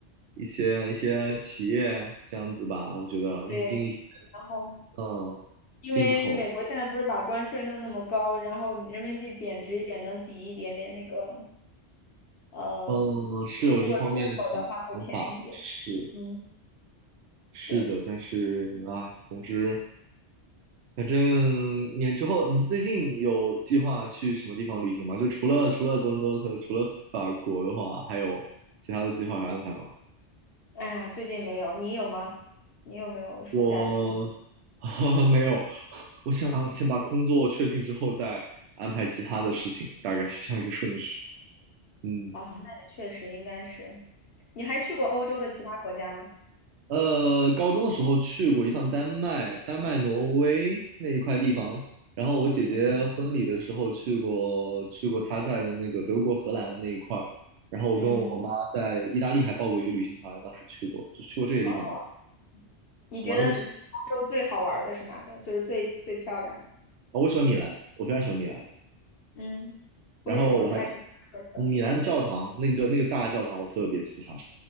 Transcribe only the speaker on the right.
一些一些企业这样子吧，我觉得引进一些
嗯进口，
嗯是有这方面的想法，
是。
是的，
但是哎，总之，反正你之后，你最近有计划去什么地方旅行吗？就除了除了多伦多和除了法国的话，还有其他的计划和安排吗？
我 <laughs> 没有，<laughs> 我想先把工作确定之后再安排其他的事情，大概是这样一个顺序。嗯。
呃，高中的时候去过一趟丹麦、丹麦、挪威那一块地方，然后我姐姐婚礼的时候去过，
去过她在的那个德国、荷兰那一块儿，然后我跟我妈在意大利还报过一个旅行团，
当时去过，就去过这些地方了，
玩的不行。
哦我喜欢米兰，我非常喜欢米兰，
然后我还
米兰教堂那个那个大教堂我特别喜欢，